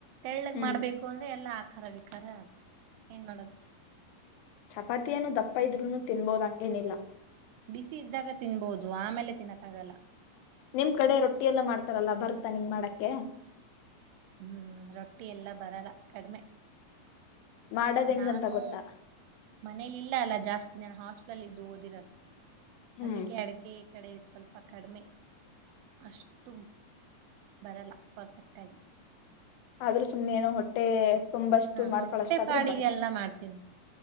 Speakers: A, on the right; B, on the left.
A: ತೆಳ್ಳಗ್
B: ಹ್ಮ್
A: ಮಾಡ್ಬೇಕು ಅಂದ್ರೆ ಎಲ್ಲ ಆ ಖರ ವಿಕಾರ ಆಗುತ್ತೆ ಏನ್ ಮಾಡೋದು
B: ಚಪಾತಿಯನ್ನು ದಪ್ಪ ಇದ್ನು ತಿನ್ಬೋದ ಹಂಗೇನಿಲ್ಲ
A: ಬಿಸಿ ಇದ್ದಾಗ ತಿನ್ಬಹದು ಆಮೇಲೆ ತಿನ್ನಕ್ಕ ಆಗಲ್ಲ
B: ನಿಮ್ ಕಡೆ ರೊಟ್ಟಿ ಎಲ್ಲ ಮಾಡ್ತಾರಲ್ಲ ಬರ್ತಾ ನಿಂಗೆ ಮಾಡಕ್ಕೆ
A: ಹ್ಮ್ ರೊಟ್ಟಿ ಎಲ್ಲಾ ಬರಲ್ಲ ಕಡಿಮೆ
B: ಮಾಡದ್ ಹೆಂಗಂತ
A: ನಾನು
B: ಗೊತ್ತಾ
A: ಮನೇಲಿ ಇಲ್ಲ ಅಲ್ಲ ಜಾಸ್ತಿ ನನ್ ಹಾಸ್ಟ್ಲಲ್ಲಿ ಇದ್ದು ಓದಿರೋದು
B: ಹ್ಮ್
A: ಅದಕ್ಕೆ ಅಡುಗೆ ಕಡೆ ಸ್ವಲ್ಪ ಕಡಿಮೆ ಅಷ್ಟು ಬರಲ್ಲ ಪರ್ಫೆಕ್ಟಾಗಿ
B: ಆದ್ರೂ ಸುಮ್ನೆ ಏನೋ ಹೊಟ್ಟೆ ತುಂಬಷ್ಟು
A: ಹಾ
B: ಮಾಡ್ಕೊಳಷ್ಟಾದ್
A: ಹೊಟ್ಟೆ ಪಾಡಿಗೆಲ್ಲ
B: ಬರುತ್ತೆ
A: ಮಾಡ್ತೀನಿ